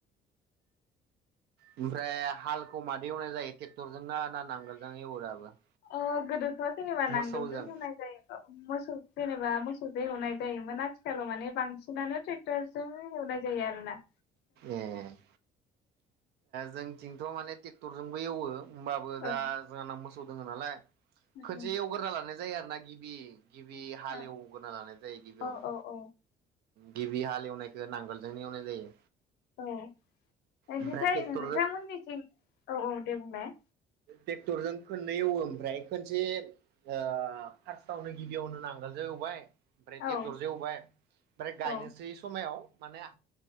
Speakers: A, on the right; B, on the left.
A: ओमफ्राय हालखौ मादो एवनाय जायो ट्रेक्टरजोंना ना नांगोलजों एवो दाबो
B: अ गोदो जेनेबा
A: मोसौजों
B: नांगोलजों एवनाय जायो मोसौ जेनेबा मोसौ मोसौजो हेवनाय जायोमोन आथिखालाव माने बांसिनानो ट्रेक्टरजों हेवनाय जायो आरो ना
A: ए जोंनि थिंथ' माने टेक्टरजोंबो एवो होमबाबो
B: औ
A: दा जोहाना मो सौ दङो नालाय खोनसे
B: उम
A: एवगारना लाना य जायो आरो ना गिबि गिबि हालेवग्रोना
B: औ
A: लानाय जायो गिबियावनो
B: औ औ औ
A: गिबि हालेवनो नांगोलजोंनो एवनाय जायो
B: औ बिनिफाय
A: ओमफ्राय ट्रेक्टरजों
B: नोंथांमोननिथिं औ औ दे बुंलाय
A: टेक्टरजों खन्नै एवो ओमफ्राय खनसे ओ फार्स्टावनो गिबियावनो नांगोलजों एवबाय ओमफ्राय
B: औ
A: टेकटरजो एवबाय ओमफ्राय गायनोसै
B: औ
A: समायाव माने